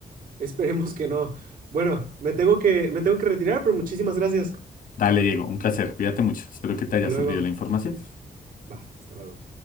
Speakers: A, on the right; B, on the left.
A: esperemos que no. Bueno, me tengo que, me tengo que retirar, pero muchísimas gracias.
B: Dale, Diego, un placer. Cuídate mucho. Espero que te
A: Hasta
B: haya
A: luego.
B: servido la información.
A: Va, hasta luego.